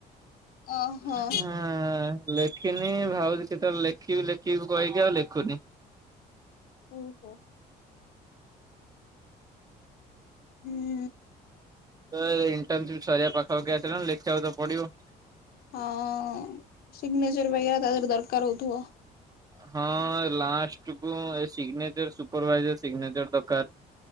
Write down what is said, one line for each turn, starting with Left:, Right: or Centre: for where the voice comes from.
Left: ଓହୋ
Right: ହଁ। ଲେଖିନି ଭାଉଛି କେତେବେଳେ ଲେଖିବି ଲେଖିବି କହିକି ଆଉ ଲେଖୁନି।
Left: ଓହୋ। ହୁଁ।
Right: ତ ଏ ଇଣ୍ଟର୍ନସିପ ସରିବା ପାଖାପାଖି ଆସିଲାଣି ଲେଖିବାକୁ ତ ପଡିବ।
Left: ହଁ ସିଗ୍ନେଚର ଭଳିଆ ତାର ଯଦି ଦରକାର ହଉଥିବ।
Right: ହଁ ଲାଷ୍ଟ କୁ ଏ ସିଗ୍ନେଚର ସୁପରଭାଇଜର ସିଗ୍ନେଚର ଦରକାର।